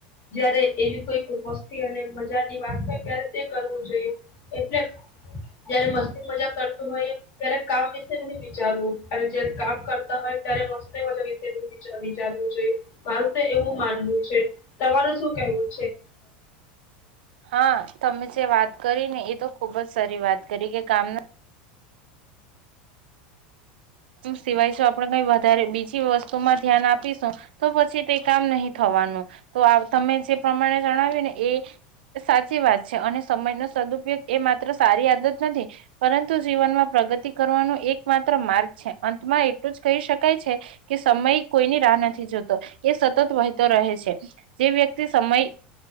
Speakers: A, on the left; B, on the right.
A: જયારે એવી કોઈક મસ્તી અને મજાની વાત હોય ત્યારે તે કરવું જોઈએ એટલે જયારે મસ્તી મજા ત્યારે કામ વિશે નહી વિચારવું અને જયારે કામ કરતા હોય ત્યારે મસ્ત મજા વિશે ન વિચારવું જોઈએ મારું તો એવું માનવું છે તમાર શું કેવું
B: હા તમે વાત કરી ને એ તો ખૂબ જ સારી વાત કરી કે કામના સિવાય જો આપણે કઈ વધારે બીજી વસ્તુમાં ધ્યાન આપીશું તો પછી તે કામ નહી થવાનું તો તમે જે પ્રમાણે જણાવ્યું ને એ સાચી વાત છે અને સમયનો સદુપયોગ એ માત્ર સારી આદત નથી પરંતુ જીવનમાં પ્રગતિ કરવાનો એક માત્ર માર્ગ અંતમાં એટલું જ કહી શકાય છે કે સમય કોઈની રાહ નથી જોતો એ સતત વહેતો રહે છે જે વ્યક્તિ સમય